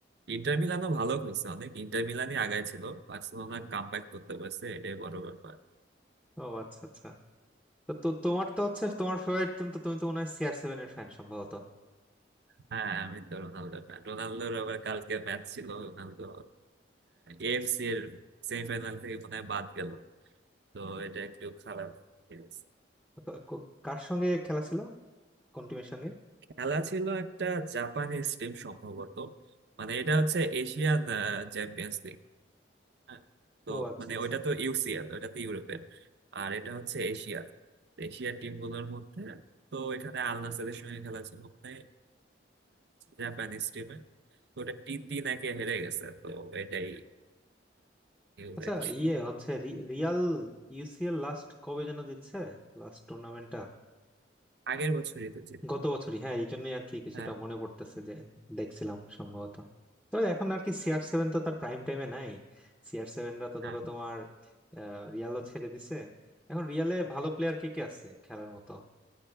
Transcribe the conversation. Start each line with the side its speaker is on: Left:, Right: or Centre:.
Right: ইন্টার মিলানও ভালো খেলছে অনেক ইন্টার মিলানই আগায় ছিল বার্সেলোনা কাম ব্যাক করতে পারছে এটাই বড় ব্যাপার
Centre: ও আচ্ছা আচ্ছা তো তো তোমার তো হচ্ছে তোমার ফেভারিট টিম তো তুমি তো মনে হয় সিআর সেভেন এর ফ্যান সম্ভবত
Right: হ্যাঁ আমি তো রোনালদো ফ্যান রোনালদোর আবার কালকে ম্যাচ ছিল রোনালদো এএফসি এর সেমিফাইনাল থেকে মনে হয় বাদ গেল তো এটা একটু খারাপ news।
Centre: ক- ক- কার সঙ্গে খেলা ছিল কোন টিমের সঙ্গে
Right: খেলা ছিল একটা জাপানিজ টিম সম্ভবত মানে এটা হচ্ছে এশিয়ান চ্যাম্পিয়ন্স হ্যাঁ, তো
Centre: ও আচ্ছা
Right: মানে
Centre: আচ্ছা
Right: ওইটা তো ইউসিএল ওইটা তো ইউরোপের আর এটা হচ্ছে এশিয়ার তো এশিয়ার টিম গুলোর মধ্যে তো এখানে আল নাসেরের সঙ্গে খেলা ছিল মানে জাপানিজ টিমে তো ওটা টি তিন একে হেরে গেছে তো এটাই নিউজ
Centre: আচ্ছা
Right: আর কি।
Centre: ইয়ে হচ্ছে রি- রিয়াল ইউসিএল লাস্ট কবে যেন দিচ্ছে লাস্ট টুর্নামেন্টটা
Right: আগের বছরই তো জিতলো
Centre: গত বছরই হ্যাঁ এই জন্যই আর কি কিছুটা
Right: হ্যাঁ
Centre: মনে পড়তেছে যে দেখছিলাম সম্ভবত তো এখন আর কি সিআর সেভেন তো তার প্রাইম টাইমে নাই সিআর সেভেনরা তো ধরো
Right: আর
Centre: তোমার আহ, রিয়ালও ছেড়ে দিছে এখন রিয়ালে ভালো প্লেয়ার কে কে আছে খেলার মতো